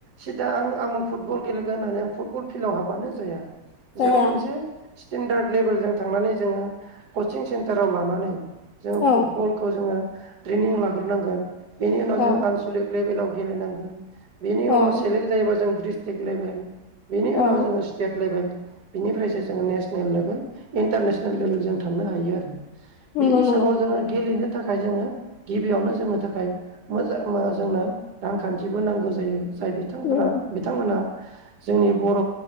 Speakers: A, on the right; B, on the left.
A: सिदा आं आमुं फुटबल गेलेगोन होननानै आं फुटबल फिल्डआव हाबबानो जाया
B: जाया
A: जों मोनसे स्टेेनडार्द लेभेलजों थांनानै जोंङो कचिं सेन्टाराव लानानै जोंङो
B: औ
A: फुटबलखौ जोंङो ट्रेनिं लाग्रोनांगोन बेनि उनाव
B: औ
A: जों आनसलिक लेभेलाव गेलेेनांगोन बिनि
B: औ
A: उनाव सेलक जायोबा जों द्रि्सथिग‌ लेबेल बिनि
B: औ
A: उनाव जोंङो सटेट लेभेल बिनिफ्रायसो जोंङो नेसनेल लेभेल इन्टारनेसनेल लेभेल जों थांनो हायो आरो
B: नंगौ
A: बे हिसाबाव
B: नंगौ
A: जोंङो गेलेनो थाखाय जोंङो गिबियावनो जोंनो थाखाय मोजां जोंनो रांखान्थिबो नांगौ जायो जाय बिथांफ्रा
B: नंगौ
A: बिथांमोना जोंनि बर